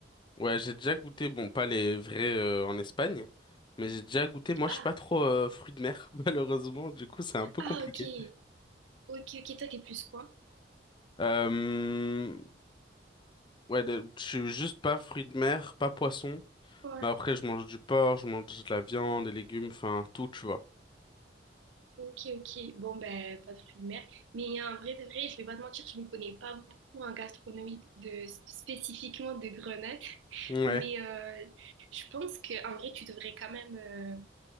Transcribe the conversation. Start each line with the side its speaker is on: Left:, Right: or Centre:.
Left: Ouais, j'ai déjà goûté, bon, pas les vrais euh, en Espagne, mais j'ai déjà goûté, moi, je
Right: Ah,
Left: suis pas trop euh, fruit de mer, <laughs> malheureusement, du coup, c'est un peu
Right: ah,
Left: compliqué.
Right: ok. Ok, ok, toi, t'es plus quoi?
Left: Euh... Ouais, de- je suis juste pas fruits de mer, pas poisson,
Right: Ouais.
Left: mais après, je mange du porc, je mange de la viande, des légumes, enfin, tout, tu vois.
Right: Ok, ok. Bon, ben, pas de fruits de mer. Mais en vrai de vrai, je vais pas te mentir, je ne connais pas beaucoup en gastronomie de, spécifiquement de Grenade. <laughs>
Left: Ouais,
Right: Mais euh, je pense que en vrai, tu devrais quand même euh,